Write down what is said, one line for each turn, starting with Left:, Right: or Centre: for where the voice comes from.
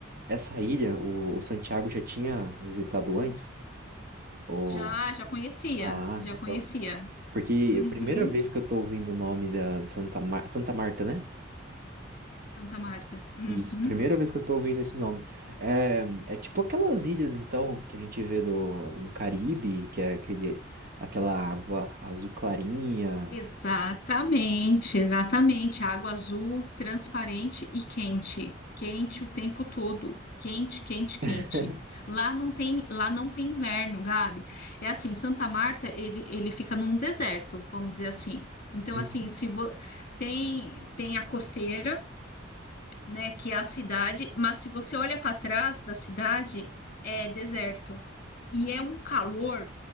Right: essa ilha, o, o Santiago já tinha visitado antes? Ou...
Left: Já, já conhecia.
Right: Ah,
Left: Já
Right: então.
Left: conhecia.
Right: Porque
Left: Uhum.
Right: a primeira vez que eu tô ouvindo o nome da Santa, Mar... Santa Marta, né?
Left: Santa Marta. Uhum.
Right: Isso, primeira vez que eu tô ouvindo esse nome. É, é tipo aquelas ilhas, então, que a gente vê do, no Caribe, que é aquele, aquela água azul clarinha.
Left: Exatamente, exatamente. Água azul, transparente e quente. Quente o tempo todo. Quente, quente, quente.
Right: <laughs>
Left: Lá não tem, lá não tem inverno, Gabi. É assim, Santa Marta, ele, ele fica num deserto, vamos dizer assim. Então,
Right: Uhum.
Left: assim, se vo... tem tem a costeira, né, que é a cidade, mas se você olha para trás da cidade, é deserto. E é um calor,